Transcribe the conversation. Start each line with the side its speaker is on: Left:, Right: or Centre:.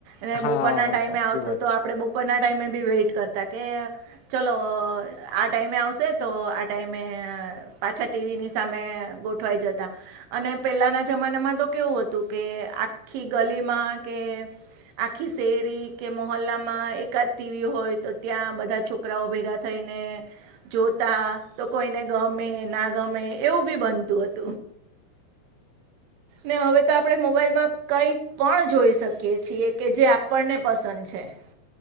Right: અને
Left: હા
Right: બપોરના ટાઈમે
Left: સાચી
Right: આવતું
Left: વાત
Right: તો
Left: છે
Right: આપડે બપરનાજ ટાઈમે બી વેઇટ કરતા કે ચલો આ ટાઈમે આવશે તો આ ટાઈમે પાછા ટીવી ની સામે ગોઠવાઈ જતા અને પેલાના જમાનામાં તો કેવું હતું કે આખી ગલીમાં કે આખી શેરી કે મોોલ્લામાં એકાદ તીવી હોય તો ત્યાં બધા છોકરાઓ ભેગા થાય જોતા તો કોઈને ગમે ના ગમે એવું બી બનતું હતું ને હવે તો આપણે મોબાઈલમાં કઈ પણ જોઈ શકીએ છીએ કે જે આપણને પસંદ છે હ.